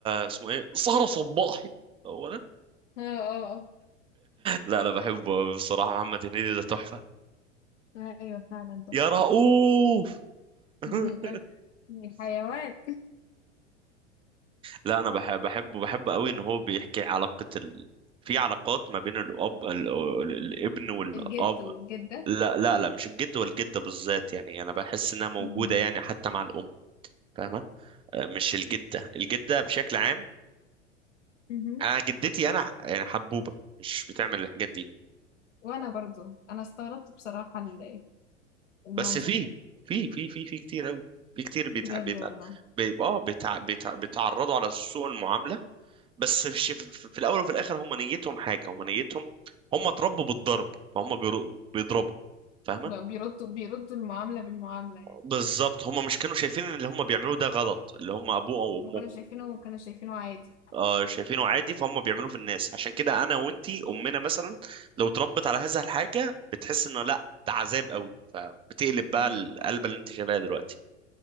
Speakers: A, on the right (about 15°); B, on the left (about 80°).
A: اسمه ايه سهرة صباحي هو ده
B: <laughs> اه اه آه.
A: لا انا بحبه بصراحة محمد هنيدي ده تحفة
B: <laughs> ايوه فعلا تحفة
A: يا رؤوف <laughs>
B: <laughs> الحيوان
A: لا انا بحب بحبه بحب قوي ان هو بيحكي علاقة ال... في علاقات ما بين الاب ال... ال- الابن والاب
B: الجد والجدة
A: لا لا لا مش الجد والجدة بالذات يعني انا بحس انها موجودة
B: مم.
A: يعني حتى مع الام فاهمة آه، مش الجدة الجدة بشكل عام
B: مهم.
A: انا جدتي انا ح- يعني حبوبة مش بتعمل الحاجات دي
B: وانا برضو انا استغربت بصراحة ال- المنظر
A: بس في
B: ده
A: في في في في كتير قوي في كتير بيتع...
B: بجد
A: بيتع...
B: والله
A: بي... اه بيتع... بيتع... بيتعرضوا على سوء المعاملة بس في في- في الاول وفي الاخر هم نيتهم حاجه هم نيتهم هم اتربوا بالضرب فهم بيرو- بيضربوا فاهمه
B: ما بيردوا بيردوا المعاملة بالمعاملة يعني
A: بالظبط هم مش كانوا شايفين ان اللي هم بيعملوه ده غلط اللي هم ابوه او
B: ما
A: امه
B: كانوا شايفينه كانوا شايفينه عادي
A: آه شايفينه عادي فهم بيعملوه في الناس عشان كده انا وانتي امنا مثلا لو اتربت على هذا الحاجه بتحس انه لا ده عذاب قوي فبتقلب بقى
B: مم.
A: القلبه اللي انت شايفاها دلوقتي